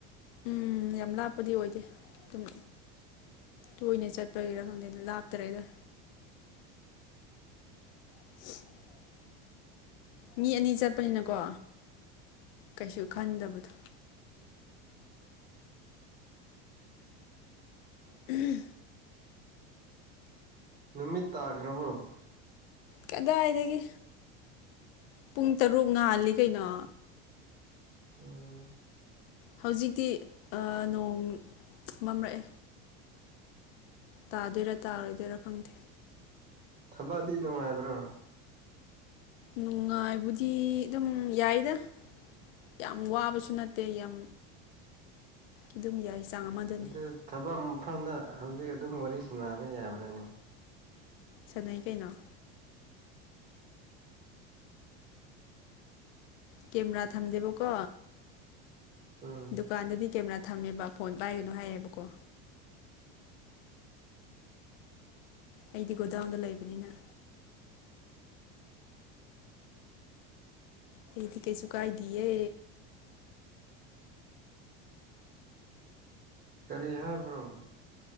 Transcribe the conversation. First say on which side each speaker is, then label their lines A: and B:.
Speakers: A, on the left (about 75°); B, on the right (about 30°).
A: ꯎꯝ ꯌꯥꯝ ꯂꯥꯞꯄꯗꯤ ꯑꯣꯏꯗꯦ ꯑꯗꯨꯝ ꯇꯣꯏꯅ ꯆꯠꯄꯒꯤꯔꯥ ꯈꯪꯗꯦꯗ ꯂꯥꯞꯇ꯭ꯔꯦꯗ <unintelligible> ꯃꯤ ꯑꯅꯤ ꯆꯠꯄꯅꯤꯅꯀꯣ ꯀꯩꯁꯨ ꯈꯟꯗꯕꯗꯣ ꯎꯝꯍꯨꯝ
B: ꯅꯨꯃꯤꯠ ꯇꯥꯈ꯭ꯔꯕꯣ
A: ꯀꯗꯥꯏꯗꯒꯤ ꯄꯨꯡ ꯇꯔꯨꯛ ꯉꯥꯜꯂꯤ ꯀꯩꯅꯣ
B: ꯑꯣ
A: ꯍꯧꯖꯤꯛꯇꯤ ꯅꯣꯡ ꯃꯝꯔꯛꯑꯦ ꯇꯥꯗꯣꯏꯔꯥ ꯇꯥꯔꯣꯏꯗꯣꯏꯔꯥ ꯈꯪꯗꯦ
B: ꯊꯕꯛꯗꯤ ꯅꯨꯡꯉꯥꯏꯕ꯭ꯔꯣ
A: ꯅꯨꯡꯉꯥꯏꯕꯨꯗꯤ ꯑꯗꯨꯝ ꯌꯥꯏꯗ ꯌꯥꯝ ꯋꯥꯕꯁꯨ ꯅꯠꯇꯦ ꯌꯥꯝ ꯑꯗꯨꯝ ꯌꯥꯏ ꯆꯥꯡ ꯑꯃꯗꯅꯤ
B: ꯑꯗꯨ ꯊꯕꯛ ꯃꯐꯝꯗ ꯍꯧꯖꯤꯛ ꯑꯗꯨꯝ ꯋꯥꯔꯤ ꯁꯥꯅꯕ ꯌꯥꯕ꯭ꯔꯅꯦ
A: ꯁꯟꯅꯩ ꯀꯩꯅꯣ ꯀꯦꯝꯔꯥ ꯊꯝꯗꯦꯕꯀꯣ
B: ꯎꯝ
A: ꯗꯨꯀꯥꯟꯗꯗꯤ ꯀꯦꯃꯦꯔꯥ ꯊꯝꯃꯦꯕ ꯐꯣꯟ ꯄꯥꯏꯒꯅꯨ ꯍꯥꯏꯌꯦꯕꯀꯣ ꯑꯩꯗꯤ ꯒꯣꯗꯥꯎꯟꯗ ꯂꯩꯕꯅꯤꯅ ꯑꯩꯗꯤ ꯀꯩꯁꯨ ꯀꯥꯏꯗꯤꯌꯦ
B: ꯀꯔꯤ ꯍꯥꯏꯕ꯭ꯔꯣ